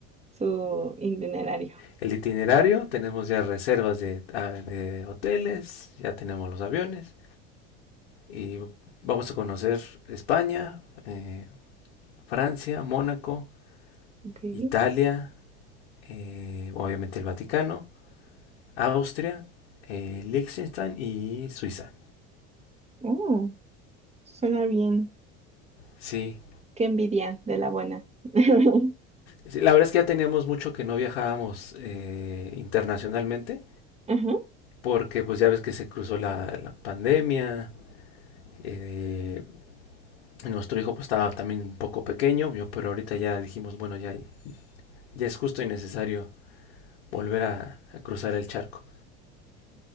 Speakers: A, on the right; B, on the left.
A: su itinerario.
B: el itinerario, tenemos ya reservas de, ah, de hoteles, ya tenemos los aviones y vamos a conocer España, eh, Francia, Mónaco,
A: Okay.
B: Italia, eh, obviamente el Vaticano, Austria, eh, Liechtenstein y Suiza.
A: Oh, suena bien.
B: Sí,
A: Qué envidia de la buena. <laughs>
B: sí, la verdad es que ya teníamos mucho que no viajábamos eh, internacionalmente
A: Ajá.
B: porque pues ya ves que se cruzó la, la pandemia, eh, nuestro hijo pues estaba también un poco pequeño, yo, pero ahorita ya dijimos, bueno, ya, ya es justo y necesario volver a, a cruzar el charco.